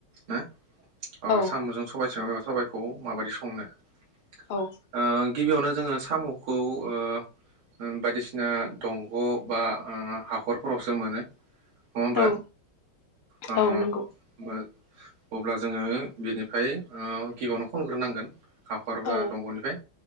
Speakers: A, on the right; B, on the left.
A: न अ
B: औ
A: साम'जों सबायजों साबाइखौ माबायदि संनो ओ
B: औ
A: गिबियावनो जो जोङो सामुखौ ओ ओं बायदिसिना दंग' बा ओ हाखरफोरावसो मोनो। नङा होमबा
B: औ
A: उम
B: औ नंगौ
A: होमबा अब्ला जोङो बिनिफ्राय ओ गिबियावनो खनग्रोनांगोन हाखर
B: औ
A: बा दंग'निफाय